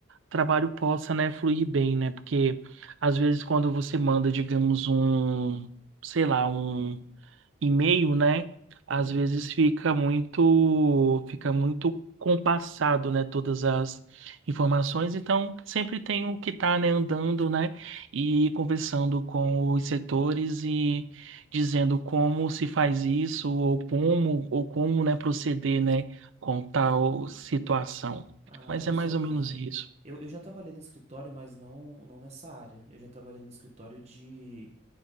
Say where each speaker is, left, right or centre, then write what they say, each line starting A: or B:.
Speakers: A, on the right; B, on the right.
A: trabalho possa, né, fluir bem, né? Porque às vezes quando você manda, digamos, um, sei lá, um e-mail, né? Às
B: Uhum.
A: vezes fica muito, fica muito compassado, né? Todas as informações. Então, sempre tem o que tá, né, andando, né? E conversando com os setores e dizendo como se faz isso, ou como, ou como, né, proceder, né, com tal situação.
B: Ah,
A: Mas é
B: isso
A: mais
B: é bom.
A: ou menos isso.
B: Eu, eu já trabalhei no escritório, mas não, não nessa área. Eu já trabalhei no escritório de,